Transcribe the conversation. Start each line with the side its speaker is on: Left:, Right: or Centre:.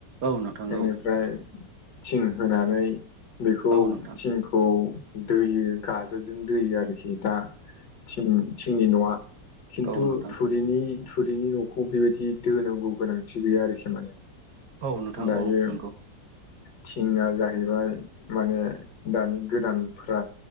Right: औ नोंथां
Left: बेनिफ्राय
Right: औ
Left: थिं होनानै बेखौ
Right: औ नोंथां औ औ नोंथां
Left: थिंखौ दोयो गाजोलजों दोयो आरोखि दा थिंनि न'आ खिनथु
Right: औ नोंथां
Left: थुरिनि थुरिनि न'खौ बेबायदि दोनांगौ गोनांथि गैया आरोखि माने
Right: औ नोंथां
Left: दायो
Right: औ नंगौ
Left: थिङा जाहैबाय माने दानि गोदानफ